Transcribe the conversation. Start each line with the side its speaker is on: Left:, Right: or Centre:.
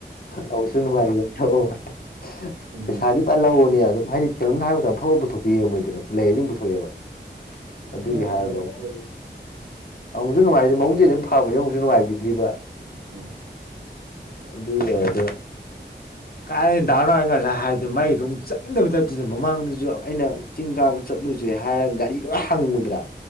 Left: ꯑꯁꯨꯛ ꯅꯨꯡꯉꯥꯏꯇꯦꯅ ꯄꯤꯊꯣꯛꯑꯕꯅꯦ
Right: ꯎꯝ
Left: ꯄꯩꯁꯥꯗꯤ ꯄꯥ ꯂꯧꯕꯅꯤ ꯑꯗꯨꯝ ꯍꯥꯏꯗꯤ ꯀꯩꯅꯝ ꯍꯥꯏꯕꯗ ꯑꯐꯕ ꯄꯨꯊꯣꯛꯄꯤꯑꯦꯕ ꯃꯣꯏꯗꯤ ꯑꯗꯨꯝ ꯂꯩꯔ ꯑꯗꯨꯝ ꯄꯨꯊꯣꯔꯛꯑꯦꯕ ꯑꯗꯨꯒꯤ
Right: ꯃꯌꯥꯝ
Left: ꯍꯥꯏꯗꯤ
Right: ꯆꯥꯕ
Left: ꯑꯃꯨꯛ
Right: ꯀꯩꯗꯧꯔꯒꯦ?
Left: ꯑꯃꯨꯛꯁꯨ ꯅꯨꯡꯉꯥꯏꯇꯦ ꯃꯕꯨꯛ ꯆꯦꯜꯗꯤ ꯑꯗꯨꯝ ꯐꯕꯅꯦ ꯑꯃꯨꯛꯁꯨ ꯅꯨꯡꯉꯥꯏꯕꯤꯗ꯭ꯔꯤꯕ
Right: ꯎꯝ
Left: ꯑꯗꯨꯗ ꯀꯥꯏ ꯗꯥ ꯅꯥꯎꯅ ꯉꯁꯥꯏ ꯍꯥꯏ ꯃꯤꯒꯗꯣ ꯑꯃꯨꯛ ꯆꯠꯅꯤꯡꯗꯕ ꯇꯥꯏꯞꯇꯖꯨ ꯃꯃꯥꯡꯗꯁꯨ ꯑꯩꯅ ꯆꯤꯡ ꯀꯥꯕ ꯆꯠꯂꯨꯁꯦ ꯍꯥꯏꯔꯒ ꯒꯥꯔꯤ ꯂꯣꯏ ꯍꯪꯕ ꯗ꯭ꯔꯥ